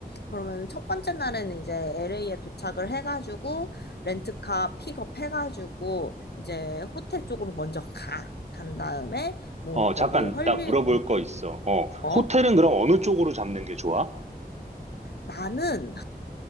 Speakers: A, on the left; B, on the right.
A: 그러면 첫 번째 날에는 이제 LA에 도착을 해가지고 렌트카 픽업해가지고 이제 호텔 쪽으로 먼저 가. 간 다음에 뭐
B: 어,
A: 거기
B: 잠깐,
A: 헐리
B: 나 물어볼
A: 응,
B: 거 있어. 어,
A: 어?
B: 호텔은 그럼 어느 쪽으로 잡는 게 좋아?
A: 나는